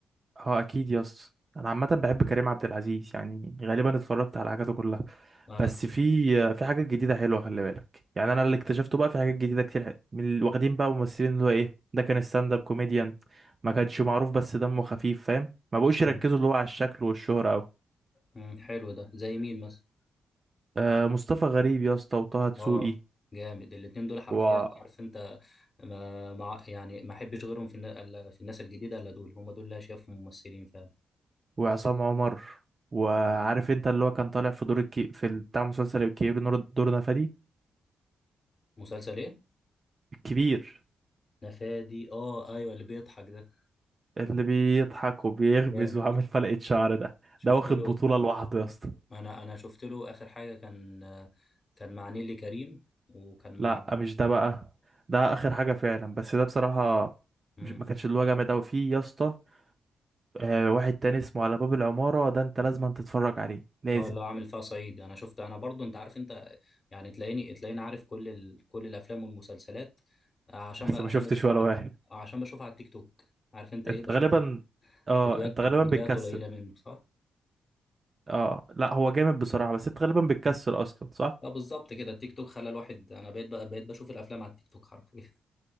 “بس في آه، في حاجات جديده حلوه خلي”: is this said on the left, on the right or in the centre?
Right